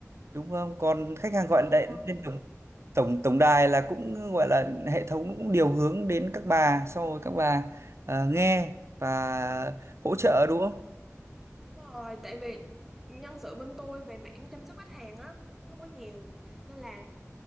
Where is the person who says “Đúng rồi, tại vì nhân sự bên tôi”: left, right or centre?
Centre